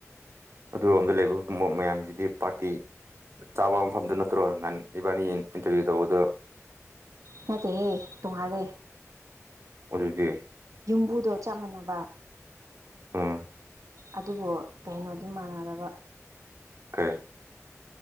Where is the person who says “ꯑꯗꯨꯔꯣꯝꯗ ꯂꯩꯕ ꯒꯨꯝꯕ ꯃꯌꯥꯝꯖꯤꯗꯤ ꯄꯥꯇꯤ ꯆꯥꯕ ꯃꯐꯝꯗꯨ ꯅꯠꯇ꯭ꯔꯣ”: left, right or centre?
Right